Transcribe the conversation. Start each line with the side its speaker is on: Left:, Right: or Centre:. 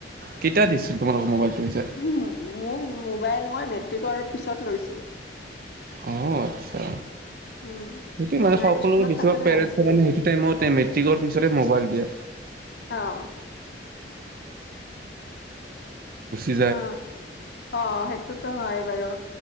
Right: কেতিয়া দিছিল তোমালোকৰ মোবাইলটো পিছে।
Left: মোক মোবাইল মই মেট্ৰিকৰ পিছত লৈছোঁ।
Right: অ আচ্ছা
Left: উম
Right: সেইটো মানে
Left: নাই
Right: সকলো
Left: স্কুলত
Right: <unintelligible>
Left: থাকোতে নাছিল
Right: টাইমত মেট্ৰিকৰ পিছতে মোবাইল দিয়ে।
Left: অ
Right: <unintelligible> <unintelligible>
Left: বা, অ' সেইটোত হয় বাৰু।